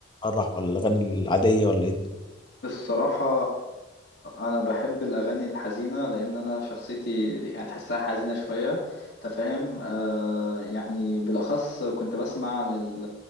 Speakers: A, on the left; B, on the left.
A: الفرح ولا الاغاني العادية ولا ايه الدنيا
B: الصراحة أنا بحب الأغاني الحزينة لأن أنا شخصيتي يعني تحسها حزينة شوية أنت فاهم آه يعني بالأخص كنت بسمع لل...